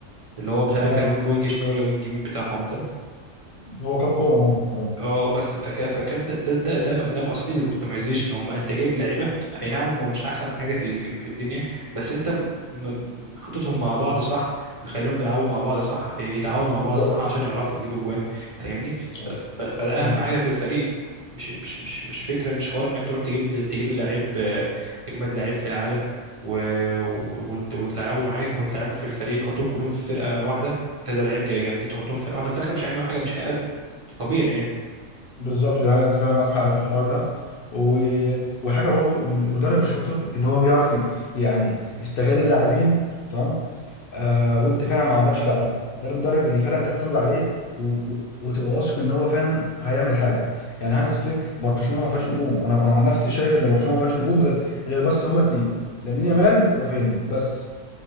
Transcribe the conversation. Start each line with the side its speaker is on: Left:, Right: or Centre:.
Right: اللي هو مش عارف
Left: ايوه
Right: كان وينج وينج شمال ولا وينج يمين بتاعهم ده
Left: هو كان كوما عندي بالظبط
Right: اه بس فك... فكان ده ده ده ده, ده مقصدي بالاوبتمايزيشن هم انت جايب لعيبه اي نعم هم مش احسن حاجه في في, في الدنيا بس انت م... م- حطيتهم مع بعض صح مخليهم بيلعبوا مع بعض صح يتعاونوا مع
Left: بالظبط
Right: بعض صح عشان يعرفوا يجيبوا جوان فاهمني
Left: صح.
Right: ف... ف... فده
Left: مم.
Right: اهم حاجه في الفريق مش مش مش مش فكره مش حوار انك تروح تجيب لي تجيب لي لعيب آه، اجمد لعيب في العالم و... و... وت- وتلعبه معاك وتلعبه في الفريق تحطهم كلهم في فرقه واحده كذا لعيب جا- جامدين تحطهم في فرقه واحده في الاخر مش هيعملوا حاجه مش هيأدوا ده طبيعي يعني
Left: بالظبط ده هي. انت فاهم معاك حق في الحوار ده و... وحاجه برضو المدرب الشاطر اللي هو بيعرف ي- يعني يستغل اللاعبين تمام آه وانت فعلا ما عندكش لعيب ده المدرب اللي فعلا تعتمد عليه و... و... وتبقى واثق ان هو فعلا هيعمل حاجه يعني هانز فليك برشلونه ما فيهاش نجوم انا انا عن نفسي شايف ان برشلونه ما فيهاش نجوم غير غير بس هما اتنين لامين يامال ورافينيا بس